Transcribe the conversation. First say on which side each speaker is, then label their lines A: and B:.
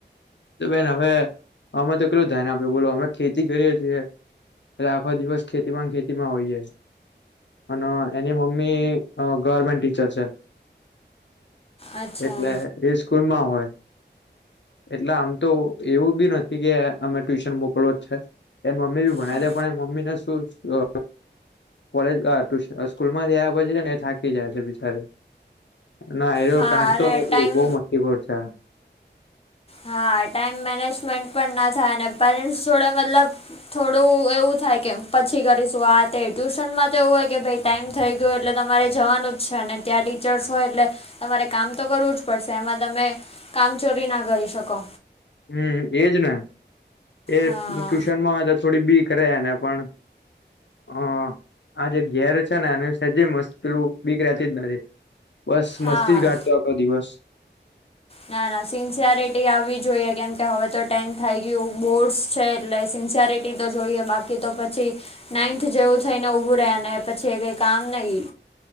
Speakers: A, on the left; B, on the left.
A: તો બેન હવે અમે તો કેટલું ધ્યાન આપ્યું બોલો અમે ખેતી કરીએ છીએ. એટલે આખો દિવસ ખેતી માંન ખેતીમાં વહી જાય છે. અન એની મમ્મી અ ગવર્મેન્ટ ટીચર છે.
B: અચ્છા
A: એટલે એ સ્કૂલમાં હોય. એટલે આમ તો એવું બી નથી કે અમે ટ્યુશન મોકલવો જ છે. એ મમ્મી બી ભણાઈ
B: હા
A: દે પણ મમ્મી ને શું અ કોલેજ આ ટુ અ સ્કૂલમાંથી આયા પછી છે ને એ થાકી જાય છે બિચારી. ના એલો
B: હા
A: ગાંઠ
B: અને
A: તો નથી
B: ટાઈમ
A: બહ મસ્તી ખોર છે.
B: હા ટાઈમ મેનેજમેન્ટ પણ ના થાય અને પેરેન્ટસ જોડે મતલબ થોડું એવું થાય કે પછી કરીશું આ તે ટ્યુશનમાં તો એવું હોય કે ભઈ ટાઈમ થઈ ગયો એટલે તમારે જવાનું જ છે અને ત્યાં ટીચર્સ હોય એટલે તમારે કામ તો કરવું જ પડશે એમાં તમે કામચોરી ના કરી શકો.
A: હમ્મ એજ ને એ
B: હા
A: ટ્યુશનમાં હોય તો થોડી બી કરે એને પણ હ આ જે ઘેર છે ને એનું સજી મસ્લું બીક રેતી જ નથી. બસ
B: હા
A: મસ્તી જ ગાટતો આખો દિવસ.
B: ના-ના સિન્સરિટી આવવી જોઈએ કેમ કે હવે તો ટેન થઈ ગયું બોર્ડસ છે એટલે સિન્સયરિટી તો જોઈએ બાકી તો પછી નાઈન્થ જેવું થઈને ઊભું રેય ને પછી કઈ કામ નહી.